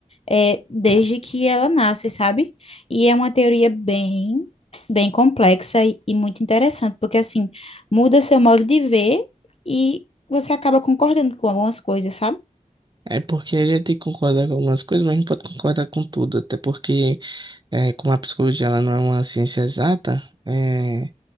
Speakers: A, on the left; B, on the right.
A: é, desde que ela nasce, sabe? E é uma teoria bem, bem complexa e, e muito interessante, porque assim, muda seu modo de ver e você acaba concordando com algumas coisas, sabe?
B: É porque a gente tem que concordar com algumas coisas, mas não pode concordar com tudo, até porque É, como a psicologia ela não é uma ciência exata, é,